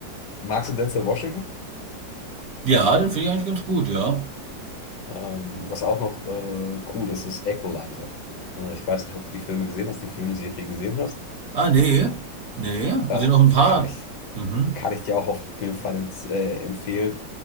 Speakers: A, on the left (about 70°); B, on the right (about 55°).
A: magst du Denzel Washington?
B: Ja, den finde ich eigentlich ganz gut, ja.
A: Ähm, was auch noch äh, cool ist, ist Equalizer. Äh, ich weiß nicht, ob du die Filme gesehen hast, die Filmserie gesehen hast.
B: Ah, nee. Nee,
A: Äh,
B: es sind noch ein paar.
A: kann ich,
B: Mhm.
A: kann ich dir auch auf jeden Fall ins, äh, empfehlen.